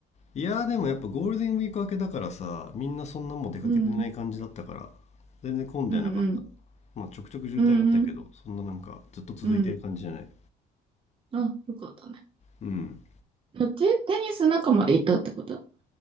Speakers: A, on the left (about 40°); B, on the right (about 30°).
A: いや、でもやっぱゴールデンウィーク明けだからさ、みんなそんなもう出かけてない感じだったから、
B: うん。
A: 全然混んではなかった。
B: うんうん。
A: まあちょくちょく渋滞あったけど、
B: うんうん。
A: そんななんかずっと続いてる感じじゃない。
B: うん。あ、よかったね。
A: うん。
B: あテ、テニス仲間でいたってことあ